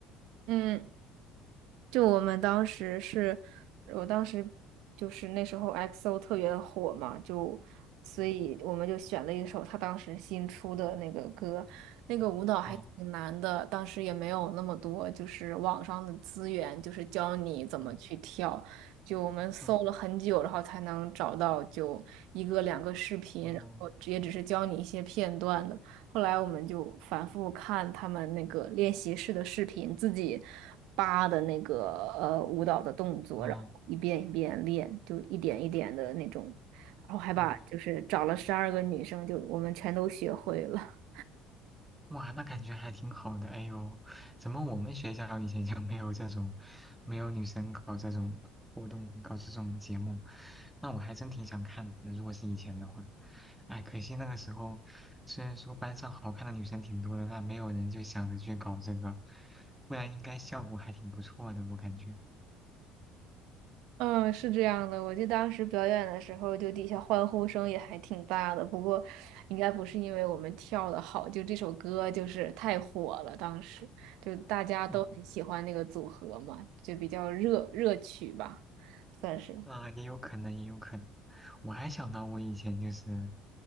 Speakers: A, on the right; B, in the centre.
A: 嗯。就我们当时是，我当时就是那时候 XO 特别的火嘛，就所以我们就选了一首他当时新出的那个歌，
B: 嗯
A: 那个舞蹈还挺难的，
B: 哦
A: 当时也没有那么多就是网上的资源，就是教你怎么去跳，
B: 嗯
A: 就我们搜了很久，
B: 哦
A: 然后才能找到就一个两个视频，
B: 哦
A: 然后也只是教你一些片段的。后来我们就反复看他们那个练习室的视频，自己扒的那个呃舞蹈的动作，
B: 哦
A: 然后一遍一遍练，就一点一点的那种，然后还把就是找了十二个女生，
B: 哦。
A: 就我们全都学会了。
B: 哇，那感觉还挺好的。哎呦，怎么我们学校以前就没有这种，没有女生搞这种活动，搞这种节目？那我还真挺想看的，如果是以前的话。哎，可惜那个时候，虽然说班上好看的女生挺多的，但没有人就想着去搞这个，不然应该效果还挺不错的，我感觉。
A: 嗯，是这样的，我记得当时表演的时候，就底下欢呼声也还挺大的。不过，应该不是因为我们跳的好，就这首歌就是太火了，当时就大家都很喜欢那个组合嘛，
B: 哦，
A: 就比较热热曲吧，算是。
B: 那也有可能，也有可能。我还想到我以前就是。